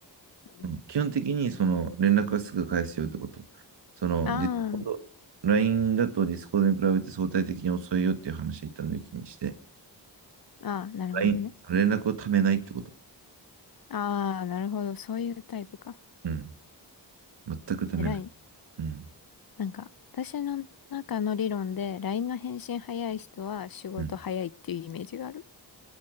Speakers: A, on the left; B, on the right.
A: うん
B: うん基本的にその連絡はすぐ返すよってこと。その、
A: あ
B: ディスコード、LINE だとディスコードに比べて相対的に遅いよっていう話を一旦抜きにして、
A: あ、ああ、なるほどね。
B: LINE、連絡をためないってこと。
A: ああ、なるほど。そういうタイプか。
B: うん。全くためない。
A: 偉いね。
B: うん。
A: なんか、私の中の理論で、LINE の返信早い人は仕事早いっていうイメージがある。
B: うん。